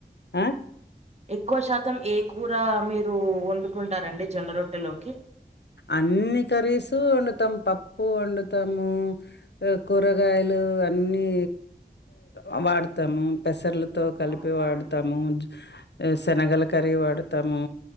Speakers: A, on the left (about 75°); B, on the right (about 40°).
A: అ
B: ఎక్కువ శాతం ఏ కూర మీరు ఒండుకుంటారండి జొన్న రొట్టెలోకి
A: అన్నీ కర్రీస్ వండుతాము పప్పు వండుతాము కూరగాయలు అన్నీ ఆ వాడతము పెసర్లు తో కలిపి
B: అవునా
A: వాడతాము
B: అండి
A: జు ఎ శనగల కర్రీ వాడుతము